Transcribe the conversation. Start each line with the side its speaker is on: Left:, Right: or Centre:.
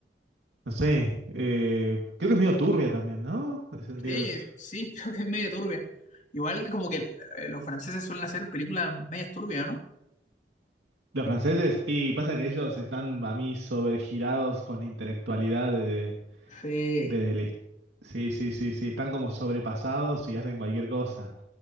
Right: no sé, eh, creo que es medio turbia también, ¿no? En ese sentido.
Left: Sí, sí, <laughs> creo que es medio turbia. Igual como que eh, los franceses suelen hacer películas medio turbias, ¿no?
Right: Los franceses, y pasa que ellos están, para mí, sobregirados con la intelectualidad de,
Left: Sí.
Right: de, de la... his- Sí, sí, sí, sí, están como sobrepasados y hacen cualquier cosa.